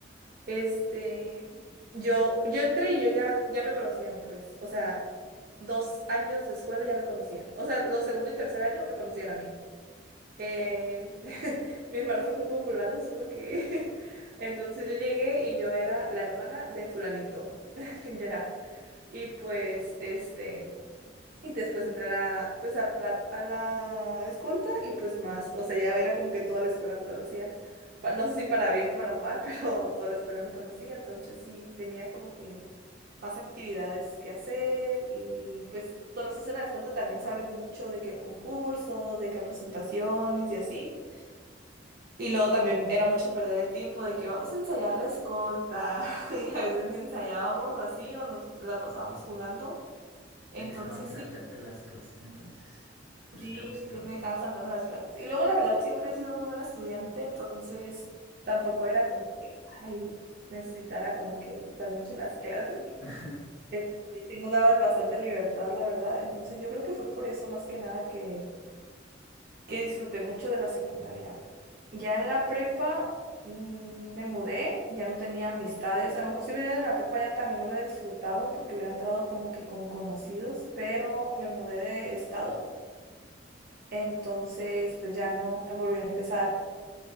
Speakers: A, on the right; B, on the right.
A: Este, yo, yo entré y yo ya, ya me conocían, pues. O sea, dos años de escuela ya me conocían. O sea, los segundo y tercer año me conocían a mí. Eh, <laughs> mi hermano fue muy popular, no sé por qué. <laughs> Entonces yo llegué y yo era la hermana de fulanito. <laughs> Ya. Y pues, este, y después entré a la, pues a la, a la escolta y pues más, o sea, ya era como que toda la escuela me conocía. Pa- No sé si para bien o para mal, <laughs> pero toda la escuela me conocía, entonces sí tenía como que más actividades que hacer y pues cuando se hace la escolta también sales mucho de que a concursos, de que a presentaciones y así. Y luego también era mucho perder el tiempo de que vamos a ensayar la escolta <laughs> y a veces ni ensayábamos o así o nos la pasábamos jugando.
B: Te
A: Entonces
B: dejaban saltarte
A: sí.
B: las clases entonces. Por
A: Sí,
B: eso te gustaba.
A: me dejaban saltarme las clases. Y luego, la verdad, siempre he sido muy buena estudiante, entonces tampoco era como que, ay, necesitara como que estar mucho en las clases.
B: <laughs>
A: Este, sí sí nos daban bastante libertad, la verdad. Entonces yo creo que fue por eso más que nada que, que disfruté mucho de la secundaria. Ya en la prepa mm, me mudé, ya no tenía amistades. A lo mejor si hubiera ido en la prepa ya también lo hubiera disfrutado porque hubiera entrado como que con conocidos, pero me mudé de estado. Entonces, pues ya no volví a empezar.